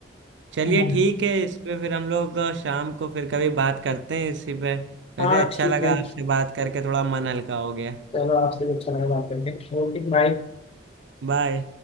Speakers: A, on the right; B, on the left.
A: चलिए
B: हाँ
A: ठीक है इस पे फिर हम लोग अ, शाम को फिर कभी बात करते हैं इसी पे वैसे
B: हाँ
A: अच्छा
B: ठीक
A: लगा
B: है
A: आपसे बात करके थोड़ा मन हल्का हो गया
B: चलो आपसे कुछ समय बात करके ओके बाय
A: बाय